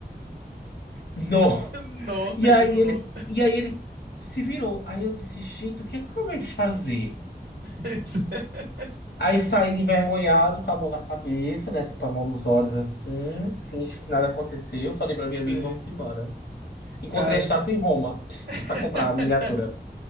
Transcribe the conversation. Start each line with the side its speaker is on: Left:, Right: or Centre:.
Left: não.
Right: Não,
Left: E
Right: é
Left: aí
Right: muito
Left: ele,
Right: bom.
Left: e aí ele se virou. Aí eu disse, gente, o que é que eu acabei de fazer?
Right: <laughs>
Left: Aí saí envergonhado, com a mão na cabeça, né? Tipo, a mão nos olhos assim, finge que nada aconteceu. Falei pra minha
Right: Sei.
Left: amiga, vamos embora. Encontrei
Right: Cara,
Left: a estátua em Roma <laughs>
Right: <laughs>
Left: para comprar a miniatura.